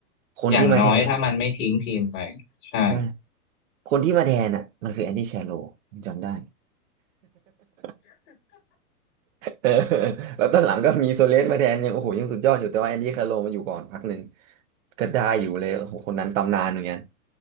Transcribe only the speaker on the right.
คนที่มาแทนอะ
ใช่ คนที่มาแทนอ่ะมันคือแอนดี้แคโรลผมจำได้ <laughs> เออแล้วตอนหลังก็มีโซเลสมาแทนยังโอ้โหยังสุดยอดอยู่แต่ว่าแอนดี้แคโรลมาอยู่ก่อนพักหนึ่งก็ได้อยู่เลยโอ้โหคนนั้นตำนานเหมือนกัน